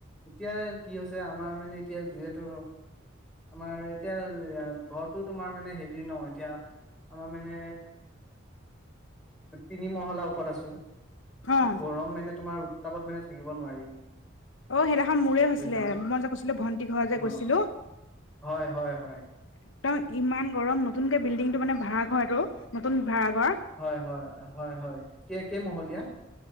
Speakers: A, in the centre; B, on the left.
A: এতিয়া কি হৈছে আমাৰ মানে, এতিয়া যিহেতু আমাৰ এতিয়া ঘৰটো তোমাৰ মানে, হেৰি ন', এতিয়া আমাৰ মানে, তিনি মহলাৰ ওপৰত আছোঁ।
B: অ
A: তাত গৰম মানে তোমাৰ উত্তাপত মানে থাকিব নোৱাৰি
B: অ', সেইদিনাখন মোৰে হৈছিলে,
A: বুজিছানে
B: মই যে কৈছিলোঁ, ভন্টি ঘৰত যে
A: অ
B: গৈছিলোঁ।
A: হয় হয় হয়
B: একদম ইমান গৰম নতুনকে বিল্ডিংটো মানে, ভাড়াঘৰটো, নতুন ভাড়াঘৰ।
A: হয়, হয়, হয়, হয় কে কেই মহলীয়া?